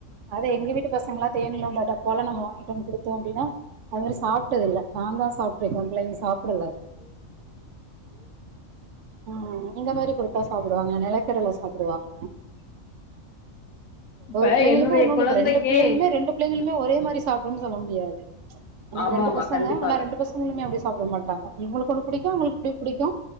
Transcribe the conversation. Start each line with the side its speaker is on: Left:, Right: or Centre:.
Right: அத எங்க வீட்டு பசங்களான் தேன்ல உள்ள டப்பால நம்ம வாங்கிட்டோம் கொடுத்தோம் அப்படின்னா தேன் அவரு சாப்பிட்டதில்ல நான்தான் சாப்டேருக்கேன் புள்ளைங்க சாப்படல ம் இந்த மாதிரி கொடுத்தா சாப்பிடுவாங்க நிலக்கடலை சாப்பிடுவாங்க
Left: இப்ப
Right: பிள்ளைங்களுக்கு
Left: என்னுடைய
Right: ஒன்னொன்னு
Left: குழந்தைக்கே
Right: இப்ப ரெண்டு பிள்ளைங்களுமே ரெண்டு பிள்ளைளுமே ஒரே மாதிரி சாப்ட்டுனு சொல்ல முடியாது எனக்கு
Left: ஆமா
Right: ரெண்டு
Left: ஆமா
Right: பசங்க
Left: கண்டிப்பாக
Right: ஆனா ரெண்டு பசங்க வங்களுமே அப்படி சாப்பிட மாட்டாங்க இவங்களுக்கு ஒண்ணு பிடிக்கும் அவங்களுக்குப்படி பிடிக்கும்